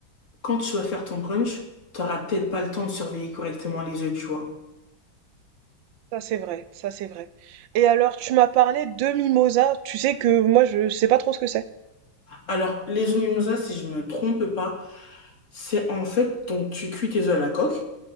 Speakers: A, on the left; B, on the right.
A: quand tu vas faire ton brunch, t'auras peut-être pas le temps de surveiller correctement les œufs, tu vois.
B: Ça c'est vrai, ça c'est vrai. Et alors, tu m'as parlé de mimosa, tu sais que moi je sais pas trop ce que c'est.
A: Alors, les œufs mimosa, si je me trompe pas, c'est en fait, donc tu cuis tes œufs à la coque,